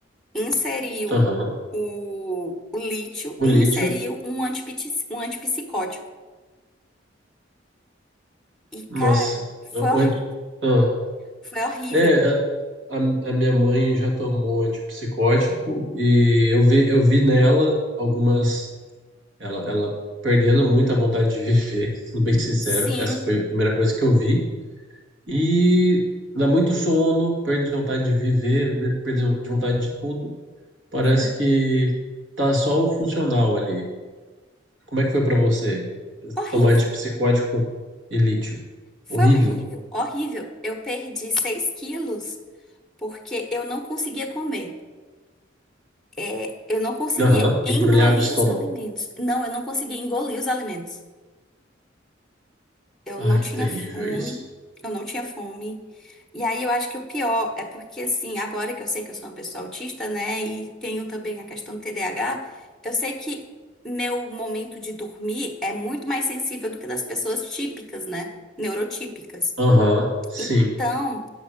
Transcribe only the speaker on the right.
Aham.
O
lítio,
nossa.
O-
o anti- ah.
É, a, a a minha mãe já tomou antipsicótico e eu vi, eu vi nela algumas Ela, ela perdendo muito a vontade de viver, <laughs> sendo bem sincero.
Essa foi a primeira coisa que eu vi. E dá muito sono, perde vontade de viver, perde de vontade de tudo. Parece
que tá só o funcional ali. Como é que foi pra você?
Tomar antipsicótico e lítio.
Horrível.
Aham.
Embrulhava o estômago.
Ai,
que terrível
isso.
Aham, sim.